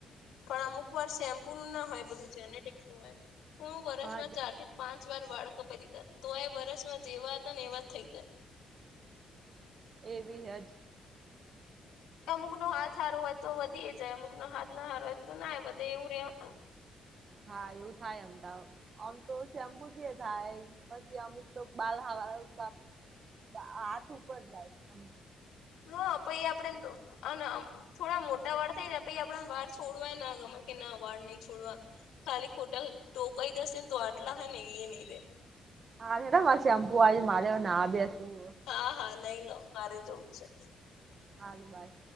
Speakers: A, on the left; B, on the right.
A: પણ અમુક વાર શેમ્પુ નું ના હોય બધું જેનેટિક નું હોય. હું વરસમાં
B: હા જ
A: ચાર થી પાંચ વાર વાળ કપાઈ દીધા તો એ વરસમાં જેવા હતા ને એવા થઈ જાય.
B: એવી હજ.
A: અમુકનો હાથ સારો હોય તો વધી જાય અમુકનો હાથ ના હારો હોય તો ના વધે એવું ર
B: હા એવું થાય અમદાવાદ આમ તો શેમ્પુ જે થાય પછી અમુક તો બાલ હવા. બા હાથ ઉપર જાય આમ
A: હા પહી આપડેન અને થોડા મોટા વાળ થઈ જયા પછી આપડા વાળ છોડવાય ના ગમે કે ના વાળ નહી છોડવા ખાલી ખોટા ટોકાઈ જશે ને તો આટલા હે ન એ નહી રે.
B: હા મા શેમ્પુ વા મારે એ નાવા બેસું.
A: હા હા નહી લો મારે જવું જ છે.
B: હાગબાઈ.